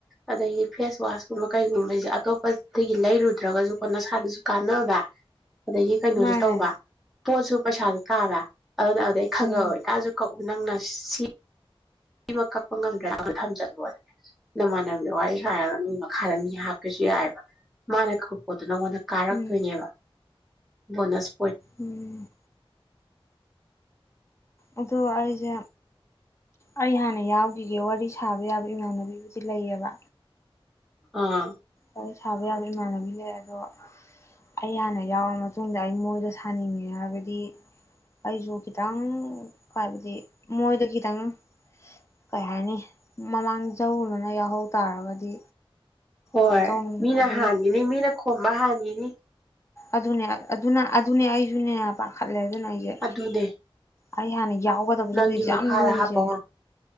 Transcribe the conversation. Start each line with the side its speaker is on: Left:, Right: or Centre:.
Centre: ꯑꯗꯒꯤ ꯐꯦꯁ ꯋꯥꯁꯀꯨꯝꯕ ꯀꯩꯒꯨꯝꯕꯁꯦ ꯑꯇꯣꯞꯄꯗꯒꯤ ꯂꯩꯔꯨꯗ꯭ꯔꯒꯁꯨꯀꯣ ꯅꯁꯥꯗꯁꯨ ꯀꯥꯟꯅꯕ ꯑꯗꯒꯤ ꯀꯩꯅꯣꯁꯨ
Left: ꯃꯥꯅꯦ
Centre: ꯇꯧꯕ ꯄꯣꯆꯕꯁꯥꯟꯗ ꯀꯥꯗ ꯑꯗꯨꯅ ꯑꯗꯨꯗꯩ ꯈꯪꯉꯛꯑꯣꯦ
Left: ꯎꯝ
Centre: ꯀꯀꯥꯁꯨ ꯀꯧ ꯅꯪꯅ ꯁꯤ ꯃꯤꯃꯛ ꯀꯛꯄ ꯉꯝꯗ꯭ꯔꯅ ꯑꯃ ꯊꯝꯖꯜꯂꯣꯦ ꯅꯃꯥꯟꯅꯒꯤ ꯋꯥꯔꯤ ꯁꯥꯔꯒ ꯃꯤ ꯃꯈꯥꯗ ꯃꯤ ꯍꯥꯞꯄꯁꯨ ꯌꯥꯏꯑꯕ ꯃꯥꯅ ꯀꯛꯄ ꯑꯗꯨ ꯅꯪꯉꯣꯟꯗ ꯀꯥꯔꯛꯇꯣꯏꯅꯦꯕ
Left: ꯎꯝ
Centre: ꯕꯅꯁ
Left: ꯎꯝ ꯑꯗꯣ ꯑꯩꯁꯦ ꯑꯩ ꯍꯥꯟꯅ ꯌꯥꯎꯈꯤꯒꯦ ꯋꯥꯔꯤ ꯁꯥꯕ ꯌꯥꯕ ꯏꯃꯥꯟꯅꯕꯤꯕꯨꯗꯤ ꯂꯩꯌꯦꯕ
Centre: ꯑꯥ
Left: ꯋꯥꯔꯤ ꯁꯥꯕ ꯌꯥꯕ ꯏꯃꯥꯟꯅꯕꯤ ꯂꯩ ꯑꯗꯣ ꯑꯩ ꯍꯥꯟꯅ ꯌꯥꯎꯔ ꯃꯇꯨꯡꯗ ꯑꯩ ꯃꯣꯏꯗ ꯁꯥꯅꯤꯡꯉꯦ ꯍꯥꯏꯕꯗꯤ ꯑꯩꯁꯨ ꯈꯤꯇꯪ ꯍꯥꯏ ꯍꯥꯏꯕꯗꯤ ꯃꯣꯏꯗ ꯈꯤꯇꯪ ꯀꯩ ꯍꯥꯏꯅꯤ ꯃꯃꯥꯡꯖꯨꯅꯅ ꯌꯥꯎꯍꯧ ꯇꯥꯔꯒꯗꯤ
Centre: ꯍꯣꯏ
Left: ꯑꯗꯨ ꯇꯧꯅꯤꯡꯉꯦ
Centre: ꯃꯤꯅ
Left: ꯑꯗꯨꯅ
Centre: ꯍꯥꯡꯉꯤꯅꯤ ꯃꯤꯅ ꯈꯣ ꯃꯥ ꯍꯥꯔꯤꯅꯤ
Left: ꯑꯗꯨꯅꯦ ꯑꯗꯨꯅ ꯑꯗꯨꯅꯦ ꯑꯩꯁꯨꯅꯦ ꯄꯥ ꯈꯜꯂ ꯂꯩ ꯑꯗꯨꯅ ꯑꯩꯒꯦ
Centre: ꯑꯗꯨꯅꯦ
Left: ꯑꯩ ꯍꯥꯟꯅꯒꯤ ꯌꯥꯎꯒꯗꯕꯁꯦ
Centre: ꯅꯪꯒꯤ
Left: ꯍꯧꯖꯤꯛꯁꯦ
Centre: ꯃꯈꯥꯗ
Left: ꯌꯥꯝ ꯂꯨꯔꯤꯁꯦ
Centre: ꯍꯥꯞꯄꯧꯔꯣ